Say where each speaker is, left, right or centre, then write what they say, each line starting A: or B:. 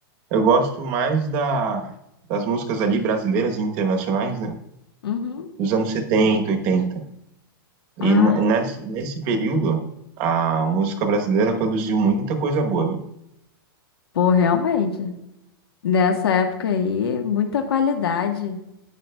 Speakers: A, on the right; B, on the left.
A: Eu gosto mais da, das músicas ali brasileiras e internacionais, né?
B: Uhum.
A: Dos anos 70, 80. E
B: Ah,
A: n- nesse, nesse período, a música brasileira produziu muita coisa boa. viu?
B: pô, realmente. Nessa época aí, muita qualidade.